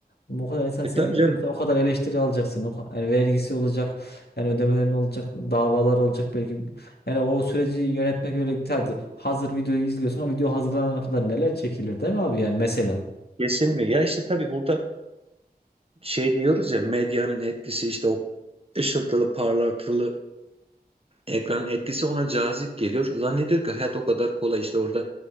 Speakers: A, on the left; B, on the right.
A: Ama O kadar insan
B: E
A: seni
B: tabii
A: izliyorsa
B: canım.
A: o kadar eleştiri alacaksın. O, ka- yani vergisi olacak, yani ödemelerin olacak, davalar olacak belki. Yani o süreci yönetmek öyle hadi hazır videoyu izliyorsun o video hazırlanana kadar neler çekilir değil mi abi yani mesela.
B: Kesinlikle. Ya işte tabii burada şey diyoruz ya medyanın etkisi işte o ışıltılı, parlatılı ekranın etkisi ona cazip geliyor. Zannediyor ki hayat o kadar kolay işte orada